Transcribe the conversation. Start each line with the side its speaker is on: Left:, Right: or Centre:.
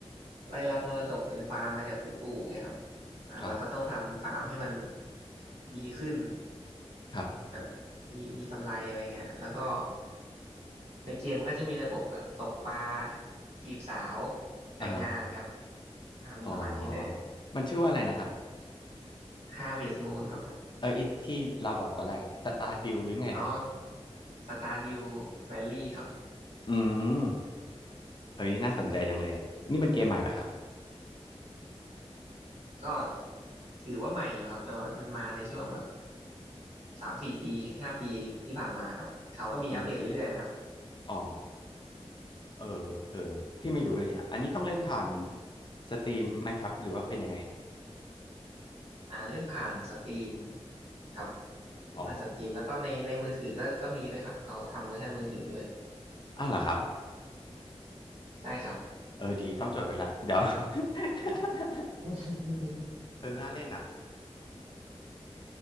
Right: ได้รับมรดกเป็นฟาร์มมาจากคุณปู่ไงครับอ่าเราก็ต้องทำฟาร์มให้มัน
Left: ครับ
Right: ดีขึ้น
Left: ครับ
Right: แบบมีมีกำไรอะไรเงี้ย แล้วก็ในเกมมันก็จะมีระบบแบบตกปลาจีบสาวแต่งงานครับ
Left: อ่าฮะ
Right: อ่ามีประมาณนี้เลย
Left: อ๋อมันชื่อว่าอะไรนะครับ
Right: ห้าเวทมูลครับ
Left: เออไอที่เราบอกตอนแรกสตาร์ดิวหรือไงนะครับ
Right: อ๋อสตาร์ดิวแวลลี่ครับ
Left: อืมเอ้ยน่าสนใจจังเลยอ่ะนี่เป็นเกมใหม่เหรอครับ
Right: ก็ถือว่าใหม่อยู่ครับแต่ว่ามันมันมาในช่วงแบบสามสี่ปีห้าปีที่ผ่านมาครับเขาก็มีอัปเดตเรื่อยๆนะครับ
Left: อืมอ๋อ เออเออพี่ไม่รู้เลยอ่ะอันนี้ต้องเล่นผ่านสตรีมไหมครับหรือว่าเป็นยังไง
Right: อ่าเล่นผ่านสตรีมครับเล่นผ่านสตรีมแล้วก็ในในมือถือก็ก็มีด้วยครับเขาทำเวอร์ชันมือถือด้วย
Left: อ๋ออ้าวเหรอครับ
Right: ใช่ครับ
Left: เออดีต้องจดไว้ละเดี๋ยว <laughs>
Right: <laughs>
Left: เออน่าเล่นอ่ะ